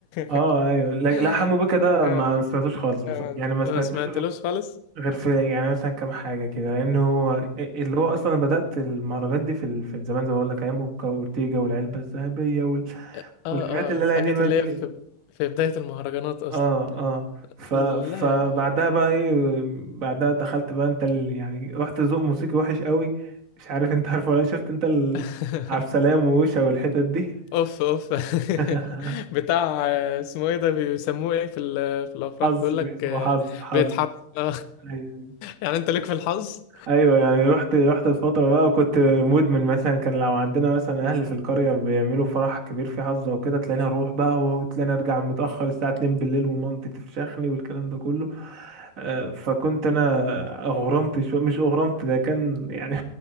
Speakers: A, on the right (about 35°); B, on the left (about 80°).
A: اه
B: <laughs>
A: ايوه لا لا، حمو بيكا ده
B: آه،
A: ما سمعتوش خالص بصراحه
B: آه،
A: يعني ما سمعتوش
B: ما سمعتلوش خالص
A: غير في يعني مثلا كام حاجة كده لأن هو اللي هو أصلا بدأت المهرجانات دي في ال- في زمان زي ما بقول لك أيام أوكا وأورتيجا والعلبة الذهبية وال...
B: اه اه
A: والحاجات اللي
B: الحاجات
A: أنا دي ما
B: اللي
A: دي
B: هي في في بداية المهرجانات اصلا
A: اه اه ف...
B: لا
A: فبعدها
B: يا عم أنا...
A: بقى ايه بعدها دخلت بقى انت ال... يعني رحت ذوق موسيقي وحش قوي مش عارف انت عارفه ولا لأ، شفت انت ال...
B: <laughs>
A: عبد السلام ووشة والحتت دي
B: اوف اوف
A: <laughs>
B: <laughs> بتاع آه، اسمه ايه ده بيسموه ايه في ال- في الافراح
A: حظ
B: بيقول لك
A: اسمه حظ حظ
B: بيتحف <laughs>
A: أيوة. أيوه.
B: يعني انت ليك في الحظ
A: ايوه يعني رحت رحت الفتره بقى وكنت مدمن مثلا كان لو عندنا مثلا اهل في القريه بيعملوا فرح كبير في حظه وكده تلاقيني اروح بقى وتلاقيني ارجع متاخر الساعه 2 بالليل ومامتي تفشخني والكلام ده كله آه، فكنت انا اغرمت شو مش اغرمت ده كان يعني